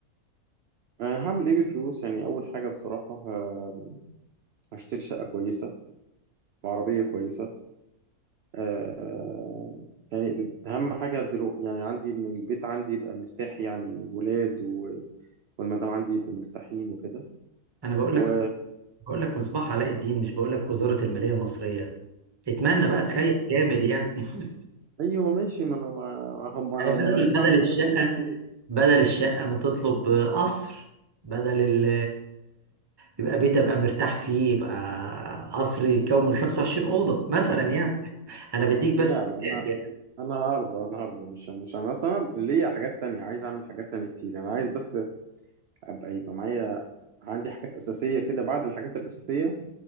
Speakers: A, on the right (about 65°); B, on the right (about 25°).
A: آه هعمل إيه بالفلوس يعني أول حاجة بصراحة ه- هشتري شقة كويسة وعربية كويسة آه يعني أهم حاجة دلوقتي يعني عندي إن البيت عندي يبقى مرتاح يعني الولاد و- والمدام عندي يبقوا مرتاحين وكده
B: انا بقول
A: و
B: لك بقول لك مصباح علاء الدين مش بقول لك وزارة المالية المصرية اتمنى بقى تخيل جامد يعني <laughs>
A: ايوه ماشي ما انا ما هم ما
B: يعني
A: انا
B: بدل
A: ما انا لسه
B: بدل
A: عندي
B: الشقة
A: حاجات تانية كتير
B: بدل الشقة ما تطلب قصر بدل ال يبقى بيت ابقى مرتاح فيه يبقى قصر يكون من 25 أوضة مثلا يعني انا بديك بس
A: لا لا
B: بدايات
A: انا
B: يعني
A: انا هرضى انا هرضى مش مش انا اصلا انا ليا حاجات تانية عايز اعمل حاجات تانية كتير انا عايز بس ابقى يبقى معايا عندي حاجات اساسية كده بعد الحاجات الاساسية